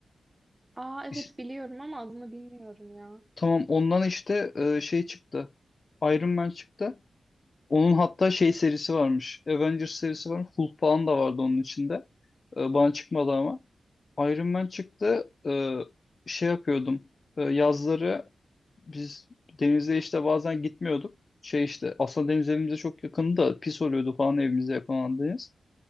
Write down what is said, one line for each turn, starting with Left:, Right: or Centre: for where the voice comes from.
Right: aa evet
Left: İs-
Right: biliyorum ama adını bilmiyorum ya.
Left: Tamam ondan işte e, şey çıktı. Iron Man çıktı. Onun hatta şey serisi varmış. Avengers serisi var. Hulk falan da vardı onun içinde. Ee, bana çıkmadı ama. Iron Man çıktı. Ee, şey yapıyordum. Ee, yazları biz denize işte bazen gitmiyorduk. Şey işte aslında deniz evimize çok yakındı da pis oluyordu falan evimize yakın olan deniz.